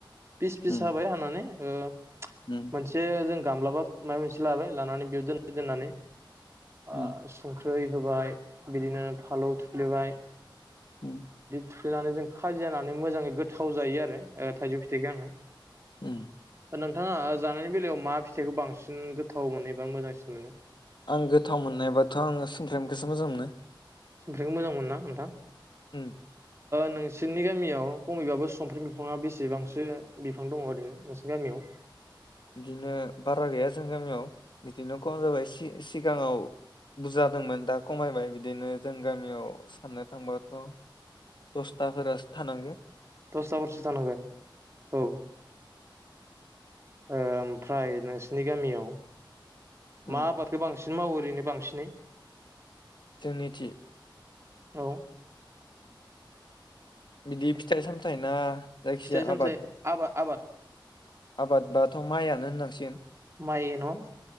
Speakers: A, on the right; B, on the left.
A: फिसा फिसा
B: उम
A: हाबाय हानानै ओ
B: उम
A: मोनसे जों गामलाबा माबा मोनसे लाबाय लानानै बेयाव दोन दोननानै ओ
B: उम
A: संख्रि दै होबाय बिदिनो फानलौ थुफ्लेबाय
B: औ
A: थुफेनानै जों खाजि जानानै मोजाङै गोथाव जायो आरो थाइजौ फिथाइखौ आङो
B: उम
A: नोंथाङा जानायनि बेलायाव मा फिथाइखौ बांसिन गोथाव मोनो एबा मोजांसिन मोनो
B: आं गोथाव मोननायबाथ' आङो समफ्राम फिथाइखौसो मोजां मोनो
A: समफ्रामखौ मोजां मोनोना नोंथाङा
B: उम
A: नोंसोरनि गामियाव खमैबाबो समफ्राम बिफाङा बेसेबांसो बिफां दङ ओरैनो नोंसोरनि गामियाव
B: बिदिनो बारा गैया जों गामियाव बिदिनो खम जाबाय सिगाङाव बुरजा जादोंमोन दा खमायबाय बिदिनो जों गामियाव साननो थांबाथ' दसथासो थानांगौ
A: दस थाफोरसो थानांगोन औ ओ ओमफ्राय नोंसिनि गामियाव
B: उम
A: मा बाथोराव बांसिन मावो ओरैनो बांसिनै
B: जोंनिथिं
A: औ
B: बिदि फिथाइ सामथाइ ना जायखिजाया
A: फिथाइ सामथाइ
B: आबाद
A: आबाद आबाद
B: आबाद बाथ' माइआनो होननांसिगोन
A: माइ गायोन'